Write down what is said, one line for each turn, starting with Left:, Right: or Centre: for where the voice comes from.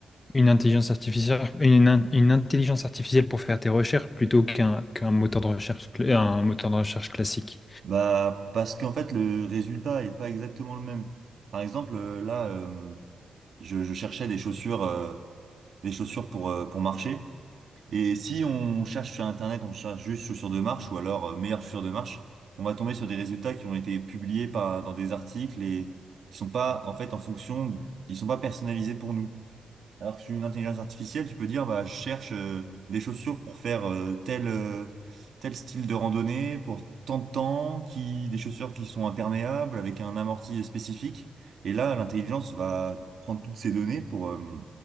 Left: une intelligence artificielle, une, in- une intelligence artificielle pour faire tes recherches plutôt qu'un qu'un moteur de recherche, cl- euh, un moteur de recherche classique?
Right: Bah, parce qu'en fait, le résultat est pas exactement le même. Par exemple, euh, là, euh, je, je cherchais des chaussures, euh, des chaussures pour, euh, pour marcher. Et si on cherche sur Internet, on cherche juste chaussures de marche ou alors euh, meilleures chaussures de marche, on va tomber sur des résultats qui ont été publiés par, dans des articles et qui sont pas, en fait, en fonction, ils sont pas personnalisés pour nous. Alors que sur une intelligence artificielle, tu peux dire, bah, je cherche euh, des chaussures pour faire euh, tel, euh, tel style de randonnée, pour tant de temps, qui, des chaussures qui sont imperméables, avec un amorti spécifique. Et là, l'intelligence va prendre toutes ces données pour, euh,